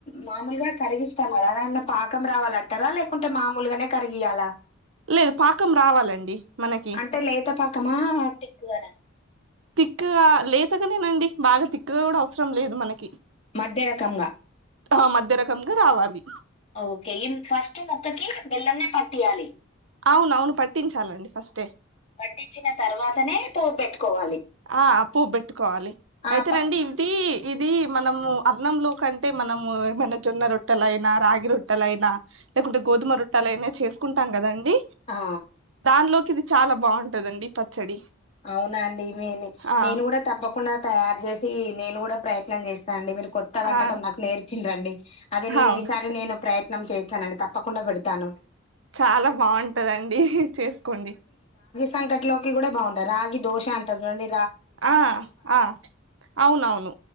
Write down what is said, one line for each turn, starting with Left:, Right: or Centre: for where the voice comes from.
Left: మామూలుగా కరిగిస్తాం కదా అదాన్న పాకం రావాలంటారా లేకుంటే మామలుగానే కరిగియాలా
Right: లేదు పాకం రావాలండి మనకి
Left: అంటే లేత పాకమా తిక్కుగానా
Right: తిక్క గా లేతగానేనండి బాగా తిక్కుగా కూడా అవసరం లేదు మనకి
Left: మధ్య రకంగా
Right: ఆ మధ్య రకంగా రావాలి
Left: ఓకే ఈ ఫస్ట్ మొక్కకి బెల్లం నే పట్టియాలి
Right: అవును అవును పట్టించాలండి ఫస్టే
Left: పట్టించిన తర్వాతనే పోపు పెట్టుకోవాలి
Right: ఆ అప్పుడు బెట్టుకోవాలి
Left: ఆ
Right: అయితేనండి
Left: ప
Right: ఇది ఇది మనము అన్నంలో కంటే మనము ఏమైనా జొన్న రొట్టెలైనా రాగి రొట్టెలైనా లేకుంటే గోధుమ రొట్టెలు అయినా చేసుకుంటాం కదండి
Left: ఆ
Right: దానిలోకి ఇది చాలా బాగుంటదండి పచ్చడి
Left: అవునా అండి మేలే
Right: ఆ
Left: నేను కూడా తప్పకుండా తయారు చేసి నేను కూడా ప్రయత్నం చేస్తా అండి మరి కొత్త వంటకం
Right: ఆ ఆ,
Left: నాకు నేర్పిన్ రండి అది నేను
Right: అవును
Left: ఈసారి నేను ప్రయత్నం చేస్తానండి తప్పకుండా పెడతాను
Right: చాలా బాగుంటందండి చేసుకోండి
Left: సంకటీ లోకి కూడా బాగుంటాయి రాగి దోశ అంటారు కదా అండి
Right: ఆ ఆ అవునవును